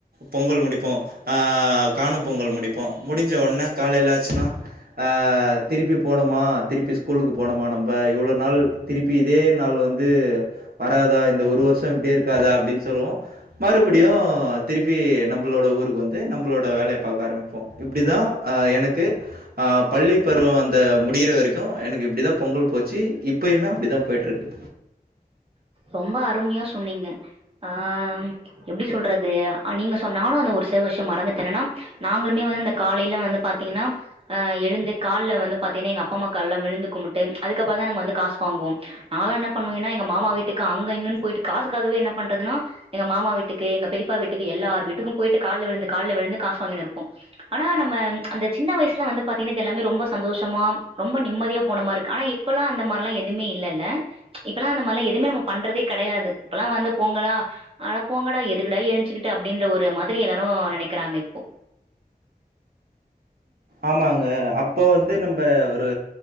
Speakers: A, on the right; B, on the right.
A: பொங்கல முடிப்போ அஅ காணும் பொங்கல் முடிப்போ முடிஞ்ச உடனே காலைல ஆச்சினா அ திருப்பி போணுமா திருப்பி ஸ்கூலுக்கு போனுமா நம்ப இவுளோ நாள் திருப்பி இதே நாள் வந்து வராதா இந்த ஒரு வர்ஷோ இப்டியே இருக்காதா அப்டின் சொல்வோ மறுபுடியு திருப்பி நம்புளோட ஊரு து நம்ளோட வேலய பாக்க ஆரமிப்போ இப்டிதா ஆஹ் எனக்கு ஆஹ் பள்ளி பருவோ அந்த முடியிற வரைக்கு எனக்கு இப்டிதா பொங்கல் போச்சு இப்பயுமே அப்டிதா போய்ட்ருக்கு
B: ரொம்பா அருமியா சொன்னீங்க ஆஹ்ம் எப்டி சொல்றது அஹ் நீங்க சொன் நானு அந்த ஒரு சில வர்ஷம் மறந்துட்டேனெனாம் நாங்ளுமே வந்து அந்த காலேல வந்து பாத்தீங்குனா அஹ் எழுந்து கால்ல வந்து பாத்தீனே எங்க அப்பா அம்மா கால்ல விழுந்து கும்முட்டு அதுக்கப்புறந்தா எனங் வந்து காஸ் வாங்வோம் நாளானப் பண்ணுவாய்ங்குனா எங்க மாமா வீட்டுக்கு அங்க இங்கன் போய்ட்டு காசுக்காகவே என்ன பண்றதுனா எங்க மாமா வீட்டுக்கு எங்க பெரிப்பா வீட்டுக்கு எல்லார் வீட்டுக்கு போய்ட்டு கால்ல விழுந்து கால்ல விழுந்து காஸ் வாங்கினிருப்போ ஆனா நம்ம அந்த சின்ன வயசுல வந்து பாத்தீங்கு இது எல்லாமே ரொம்போ சந்தோஷமா ரொம்ப நிம்மதியா போனமாருக்கு ஆனா இப்பல்லா அந்த மார்லா எதுமே இல்லல்ல இப்பல்லா அந்த மார்லா எதும்மே நம்மோபண்றதே கெடயாது இப்பல்லா வந்து பொங்கலா ஆனா போங்கடா எதுகுடா என்ச்சுக்கிட்டு அப்டின்ற ஒரு மாதிரி எல்லாரு நெனைக்குறாங்க இப்போ
A: ஆமாங்க அப் போ வந்து நம்ப ஒரு